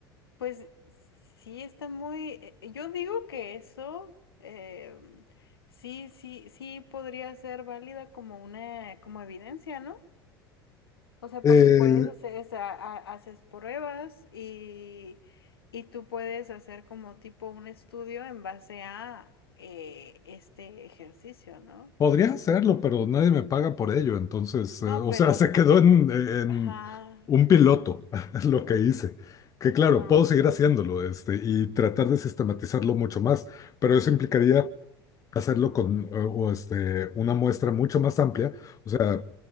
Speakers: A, on the left; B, on the left.
A: Pues sí está muy, eh, eh, yo digo que eso, em, sí, sí, sí podría ser válida como una, como evidencia, ¿no? O sea,
B: Eh,
A: porque puedes hacer, o sea, ha- haces pruebas y, y tú puedes hacer como tipo un estudio en base a eh, este ejercicio, ¿no?
B: podría hacerlo, pero nadie me paga por ello. Entonces,
A: No,
B: eh, o
A: pero,
B: sea, <laughs> se quedó en, en
A: ajá,
B: un piloto <laughs> lo que hice. Que claro,
A: ah,
B: puedo seguir haciéndolo este, y tratar de sistematizarlo mucho más, pero eso implicaría hacerlo con eh, o, este, una muestra mucho más amplia. O sea.